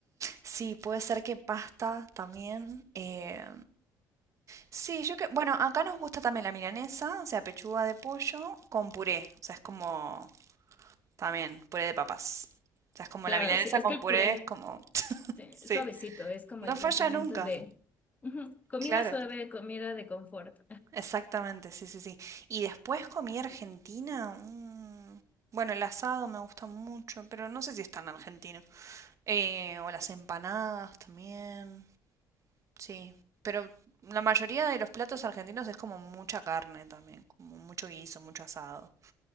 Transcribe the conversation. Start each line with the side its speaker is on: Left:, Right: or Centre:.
Right: sí, puede ser que pasta también. eh, sí, yo que... Bueno, acá nos gusta también la milanesa, o sea, pechuga de pollo con puré. O sea, es como también puré de papas. O sea, es como
Left: Claro,
Right: la milanesa
Left: sí, es
Right: con
Left: que el
Right: puré,
Left: puré
Right: es como... <laughs>
Left: sí,
Right: Sí,
Left: suavecito, es como
Right: no
Left: el
Right: falla
Left: sentimiento
Right: nunca.
Left: de ujú, comida
Right: Claro,
Left: suave, comida de confort.
Right: exactamente, sí, sí, sí. Y después comí argentina. mm, Bueno, el asado me gusta mucho, pero no sé si es tan argentino. Eh, o las empanadas también. Sí. Pero la mayoría de los platos argentinos es como mucha carne también, como mucho guiso, mucho asado.